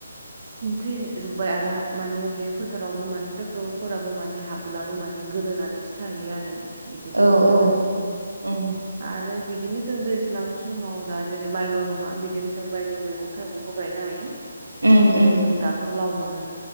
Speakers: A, on the right; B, on the right.
A: थैजोब्बाय आरो माने बे फोथारावबो मान ट्रेक्टरफोराबो माने हाबलाबो माने गोदोनानैसो थायो आरो बिदि गोथौ
B: औ
A: जानानैहाय
B: औ उम
A: आरो बिदिनो जों दैज्लां समाव दा जेरै माइल' नङा बिदिनो जों बायदि मैगं थाइगंबो गायनो हायो
B: उम
A: जेरै
B: उम
A: जों दाथ' लाव मोनो